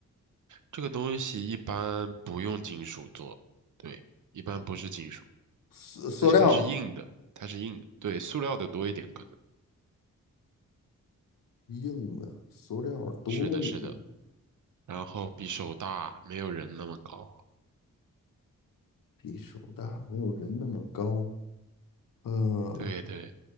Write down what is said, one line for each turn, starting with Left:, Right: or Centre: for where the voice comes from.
Right: 这个东西一般不用金属做，对，一般不是金属。
Left: 塑塑料、
Right: 但是它是硬的，它是硬的，对，塑料的多一点可能。
Left: 硬的，塑料多一点，
Right: 是的，是的，然后比手大，没有人那么高。
Left: 比手大，没有人那么高。嗯，
Right: 对对，